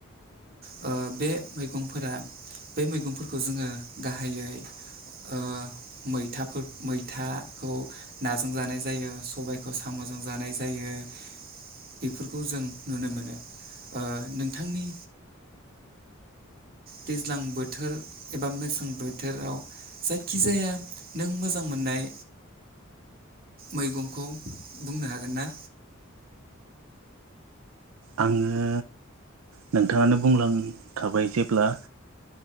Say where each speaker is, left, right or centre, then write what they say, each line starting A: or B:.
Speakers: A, on the right; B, on the right.
A: ओ बे मैगंफोरा बे मैगंफोरखौ जोङो गाहायै ओ मैथाफोर मैथाखौ नाजों जानाय जायो सबायखौ साम'जों जानाय जायो बेफोरखौ जों नुनो मोनो नोंथांनि दैज्लां बोथोर एबा मेसें बोथोराव जायखिजाया नों मोजां मोननाय मैगंखौ बुंनो हागोन ना
B: आङो नोंथाङानो बुंलांखाबाय जेब्ला